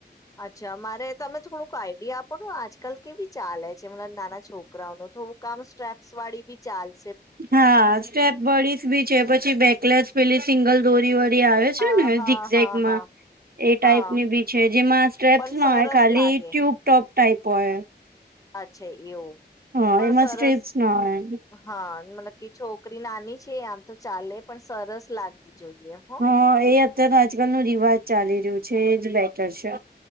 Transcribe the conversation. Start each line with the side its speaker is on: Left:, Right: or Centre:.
Left: અચ્છા મારે તમે થોડુંક આઈડિયા આપો આજકાલ કેવી ચાલે છે મબ નાના છોકરાઓ ન થોડુંક કામ સ્ટ્રેપ્સ વાળી બી ચાલે
Right: હા સ્ટેપ બોડી બી જે પછી બેકલેસ પેલી સિંગલ દોરી વ આવે છે
Left: હા
Right: ને
Left: હા
Right: ઝીકઝેકમાં
Left: હા હા
Right: એ ટાઈપની
Left: હા
Right: બી છે જેમાં સ્ટેપ્સ
Left: પણ
Right: ના
Left: સરસ
Right: હોય ખાલી
Left: લાગે.
Right: ટ્યુબ ટોપ ટાઈપ પણ
Left: અચ્છા એવું
Right: હા
Left: પણ
Right: એમાં
Left: સરસ
Right: સ્ટ્રેપસ ના હોય એ
Left: હા મતલબ કે છોકરી નાની છે આમ તો ચાલે પણ સરસ લાગવી જોઈએ હો.
Right: હા, એ અત્ય્યારે આજકાલ નું રિવાજ ચાલી રહ્યું છેજ લેટર છે.